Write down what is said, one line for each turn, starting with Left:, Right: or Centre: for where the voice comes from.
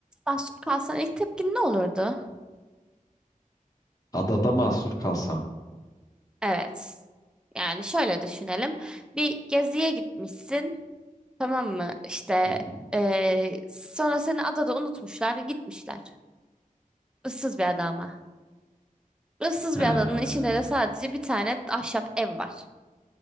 Centre: Mahsur kalsan ilk tepkin ne olurdu?
Left: Adada mahsur kalsam.
Centre: Evet. Yani şöyle düşünelim. Bir geziye gitmişsin. Tamam mı? İşte
Left: Hı hı.
Centre: eee, sonra seni adada unutmuşlar, gitmişler. Issız bir ada ama. Issız
Left: Ha,
Centre: bir adanın içinde de sadece bir tane ahşap ev var.